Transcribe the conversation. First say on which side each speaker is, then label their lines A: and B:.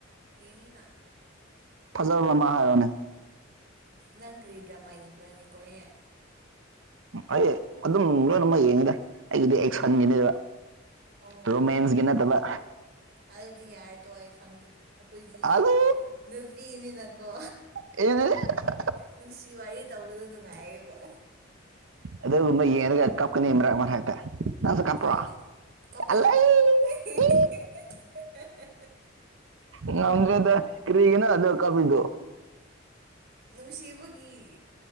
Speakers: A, on the right; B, on the right.
A: ꯌꯦꯉꯤꯅ
B: ꯐꯖꯕ ꯑꯃ ꯍꯥꯏꯔꯣ
A: ꯅꯪ ꯀꯔꯤ ꯗ꯭ꯔꯃꯥ ꯌꯦꯡꯕ꯭ꯔꯅꯦ ꯀꯦꯔꯤꯌꯥꯟ
B: ꯑꯩ ꯑꯗꯨꯝ ꯂꯣꯏꯅꯃꯛ ꯌꯦꯡꯉꯤꯗ ꯑꯩꯒꯤꯗꯤ ꯑꯦꯛꯁꯟꯒꯤꯅꯦꯕ
A: ꯑꯣ
B: ꯔꯣꯃꯦꯟꯁꯀꯤ ꯅꯠꯇꯕ
A: ꯑꯗꯨꯗꯤ ꯌꯥꯔꯦ ꯇꯣꯑꯣ ꯑꯩ ꯈꯪꯗꯦ ꯑꯈꯣꯏꯗꯤ
B: ꯑꯗꯨ
A: ꯅꯨꯄꯤꯅꯤꯅꯀꯣ
B: <unintelligible>
A: ꯅꯨꯡꯁꯤ ꯋꯥꯔꯤ ꯇꯧꯕꯗꯨ ꯅꯨꯡꯉꯥꯏꯌꯦꯕ
B: ꯑꯗꯨꯒꯨꯝꯕ ꯌꯦꯡꯉꯒ ꯀꯞꯀꯅꯤ ꯃꯔꯛ ꯃꯔꯛꯇ ꯅꯪꯁꯨ
A: ꯍꯣꯏ
B: ꯀꯞꯄ꯭ꯔꯣ
A: ꯀꯞꯄꯤꯅ
B: ꯑꯂꯩ
A: <unintelligible>
B: ꯏ ꯉꯝꯗꯦꯗ ꯀꯔꯤꯒꯤ ꯅꯪ ꯑꯗꯨꯗꯥ ꯀꯞꯄꯤꯗꯨ
A: ꯅꯨꯡꯁꯤꯕꯒꯤ